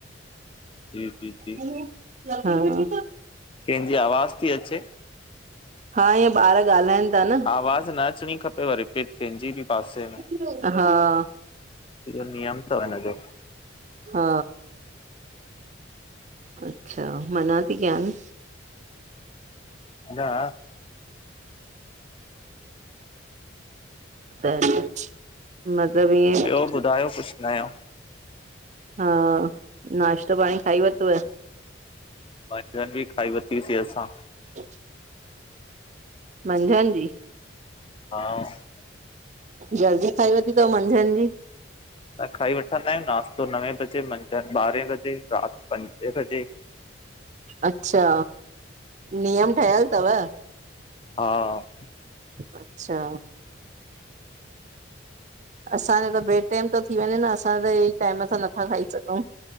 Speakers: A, on the left; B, on the right.
A: जी जी जी
B: हा हा
A: केंजी आवाज़ थी अचे?
B: हा ईअ ॿार ॻाल्हाइन था न।
A: आवाज़ न अचणी खपेव रिपीट कैंजी ॿि पासे में।
B: हा
A: ईओ नियम तव हिनजो।
B: हा अच्छा मना थी कयान।
A: हा
B: त मतलब ईअ एंं
A: ॿियो ॿुधायो कुझु नयो
B: हा, नाश्तो पाणी खाई वतव?
A: मंझंन ॿि खाई वतीसीं असां।
B: अ <inaudible> मंझंन जी
A: हा
B: जल्दी खाई वती तव मंझंन जी।
A: न खाई वठंदा आयूं नाश्तो नवे बजे, मंझंन ॿारे बजे, रात पंजे बजे।
B: अच्छा, नियम ठयल तव?
A: हा!
B: अच्छा असांजो त बे टेम तो थी वञे न, असां त हे टाइम सां नथा खाई सघूं।